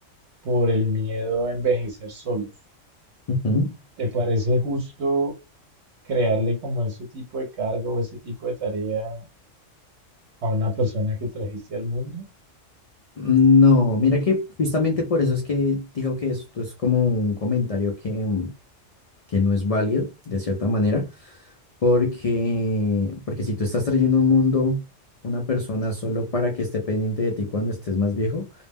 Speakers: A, on the right; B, on the left.
A: por el miedo a envejecer solos.
B: Ujú.
A: ¿Te parece justo crearle como ese tipo de carga o ese tipo de tarea a una persona que trajiste al mundo?
B: No, mira que justamente por eso es que digo que esto es como un comentario que, mm, que no es válido, de cierta manera, Porque, porque si tú estás trayendo a un mundo, una persona solo para que esté pendiente de ti cuando estés más viejo,